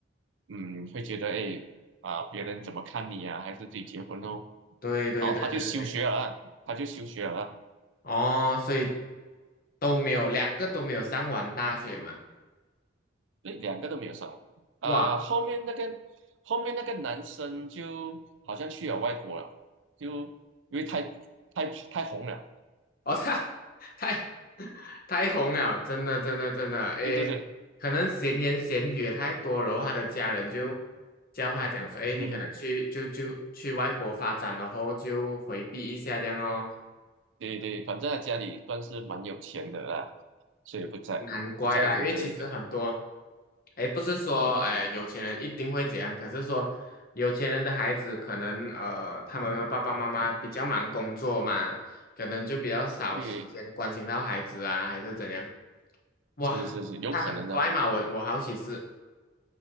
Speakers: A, on the right; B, on the left.
A: 嗯会觉得，哎啊，别人怎么看你啊，还是自己结婚哦，
B: 对对对对对。
A: 然后他就休学了，他就休学了，
B: 哦，所以都没有，两个都没有上完大学嘛。
A: 对，两个都没有上，啊、
B: 哇，
A: 后面那个后面那个男生就好像去了外国了，就因为太太太红了，
B: 我操，<laughs> 太太太红了，真的真的真的，诶，
A: 对对对，
B: 可能闲言闲语也太多，然后他的家人就教他讲说，诶，你可能去就就去外国发展，
A: 嗯。
B: 然后就回避一下这样哦。
A: 对对，反正他家里算是蛮有钱的啦，所以不在不在乎这一个。
B: 难怪啦，因为其实很多。哎，不是说哎有钱人一定会怎样，可是说有钱人的孩子可能呃，他们的爸爸妈妈比较忙工作嘛，可能就比较少时间关心到孩子啊，
A: 对，
B: 还是怎样？哇，
A: 是是是，有可能呢，
B: 他很拽嘛，我我好奇是